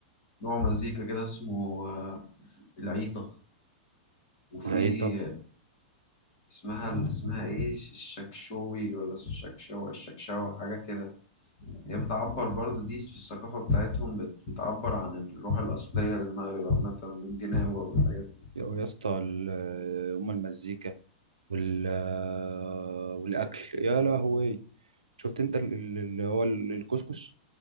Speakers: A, on the left; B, on the right.
A: نوع مزيكا كده اسمه آه، العيطة وفي
B: العيطة
A: آه، اسمها اسمها ايه الش- الشكشوي ولا الشكشوى الشكشوى حاجة كده هي بتعبر برضو دي في الثقافة بتاعتهم بت- بتعبر عن الروح الأصلية للمغرب عامة والجناوة والحاجات دي
B: يا يا اسطى ال- آه، أم المزيكا وال آه، والأكل يا لهوي شفت أنت ال- ال- اللي هو ال- الكسكس